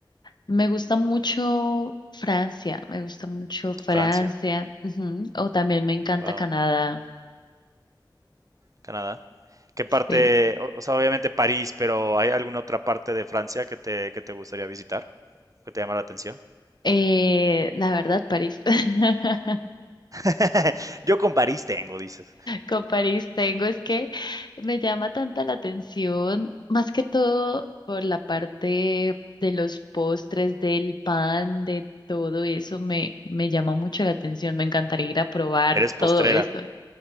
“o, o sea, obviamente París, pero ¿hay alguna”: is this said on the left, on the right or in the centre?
Right